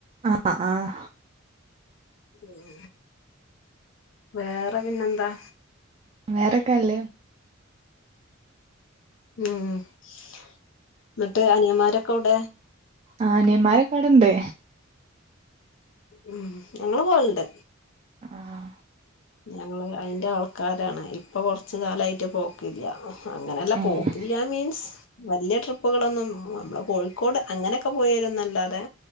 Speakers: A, on the right (about 30°); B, on the left (about 65°).
A: ആഹ് ആഹ്
B: ഉം വേറെ പിന്നെന്താ
A: വേറെക്കാല്ലേ
B: ഉം എന്നിട്ട് അനിയന്മാരൊക്കെ എവിടെ
A: ആഹ അനിയന്മാരൊക്കെ ഇവിടെണ്ട്
B: ഉ ഞങ്ങള് പോവൽണ്ട്
A: ആഹ
B: ഞങ്ങള് അയിന്റെ ആൾക്കാരാണ് ഇപ്പൊ കൊറച്ച് കാലമായിട്ട് പോക്കില്ല അങ്ങനെല്ല
A: ഏഹ്
B: പോക്കില്ല മീൻസ് വലിയ ട്രിപ്പുകളൊന്നും നമ്മെളെ കോഴിക്കോട് അങ്ങനെയൊക്കെ പോയിവരുന്നല്ലാതെ